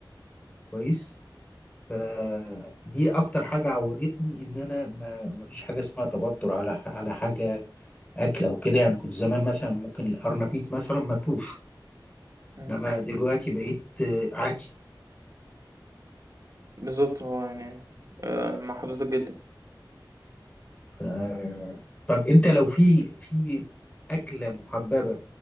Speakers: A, on the left; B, on the right.
A: كويس فدي اكتر حاجة عودتني ان انا ما ما فيش حاجة اسمها توتر على على حاجة اكل او كده يعني كنت زمان مثلا ممكن الارنبيط مثلا ماكلوش
B: إمم،
A: انما دلوقتي بقيت آه، عادي
B: بالضبط، هو يعني آآ مع حضرتك جدًا.
A: آه، طب انت لو في في اكله محببه